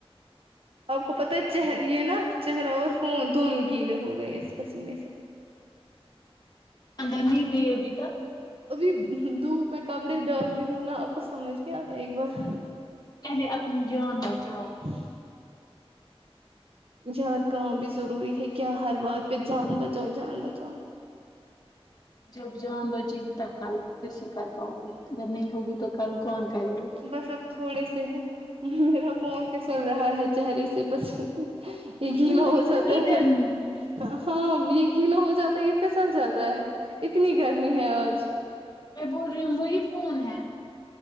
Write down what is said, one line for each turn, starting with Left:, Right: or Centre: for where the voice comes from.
Right: آپ کو پت ہے چہ یہ نا چہرہ اور فون دونوں گیلے ہو گئے اس پسینے سے
Left: اندر نہیں گئی ابھی تک
Right: ابھی دھوپ میں کپڑے ڈال رہی ہوں نا آپ کو سمجھ نہیں آتا ایک بار
Left: کے اپنی جان بچاؤ
Right: جی یار کام بھی ضروری ہے کیا ہر بات پہ جان بچاؤ جان بچاؤ
Left: جب جان بچے گی تب کل پھر سے کر پاؤ گی اگر نہیں ہوگی تو کل کون کرے گی
Right: بس اب تھوڑے سےہی میرا فون پسل رہا ہے چہرے سے پنے یہ
Left: اتنی
Right: گیلا ہو
Left: اتنی
Right: جاتا ہے
Left: گرمی
Right: پھر
Left: ہے
Right: ہاں یہ گیلا ہو جاتا ہے یہ پھسل جاتا ہے اتنی گرمی ہے آج
Left: بول رہی ہوں وہی فون ہے